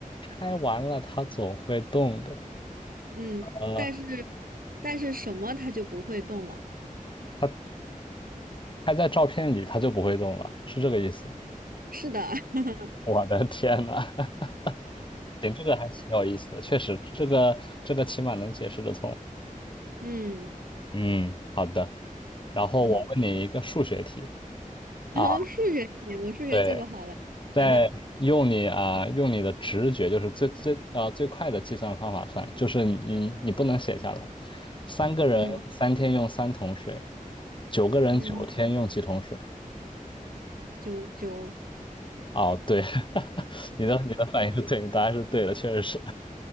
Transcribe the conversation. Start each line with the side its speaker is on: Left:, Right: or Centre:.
Left: 拍完了，它总会动的。
Right: 嗯，
Left: 呃，
Right: 但是但是什么他就不会动了。
Left: 它拍在照片里，它就不会动了，是这个意思。
Right: 是的，<laughs>
Left: 我的天呐！<laughs> 行，这个还挺有意思的，确实，这个这个起码能解释得通。
Right: 嗯
Left: 嗯，好的。然后我问你一个数学题
Right: 嗯。然后数学题，
Left: 啊，
Right: 我数学最不好了，
Left: 对，
Right: 来吧，
Left: 在用你啊、用你的直觉，就是最最啊、最快的计算方法算，就是你你不能写下来。三个人三天用三桶水，
Right: 嗯
Left: 九个人九天用几桶水？
Right: 嗯，九九，
Left: 哦，对，<laughs> 你的你的反应是对，答案是对的，确实是